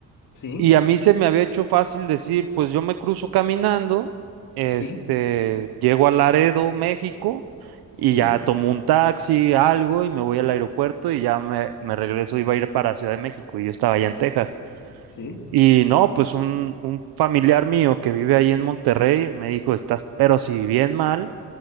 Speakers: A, on the left; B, on the right.
A: ¿sí?
B: y a mí se me había hecho fácil decir, pues yo me cruzo caminando, este,
A: Sí.
B: llego a Laredo, México, y
A: Sí,
B: ya tomo un taxi, algo, y me voy al aeropuerto, y ya me, me regreso, iba a ir para Ciudad de México, y yo estaba allá
A: sí,
B: en Texas.
A: sí,
B: Y no, pues un, un familiar mío que vive ahí en Monterrey me dijo, estás pero si bien mal,